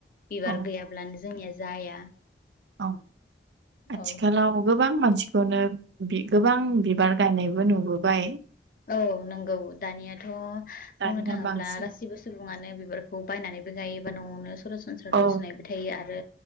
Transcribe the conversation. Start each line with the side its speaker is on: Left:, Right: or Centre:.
Left: बिबार
Right: औ
Left: गैयाब्लानो जोंनिया जाया।
Right: औ आथिखालाव
Left: औ
Right: गोबां मानसिखौनो बि गोबां बिबार गायनायबो नुबोबाय।
Left: औ नंगौ दानियाथ' बुंनो
Right: दानिया
Left: थाङोब्ला
Right: बांसिन
Left: गासिबो सुबुङानो बिबार खौ बायनानैबो गायोबा न'आवनो सरासनस्रा
Right: औ
Left: रजनायबो थायो आरो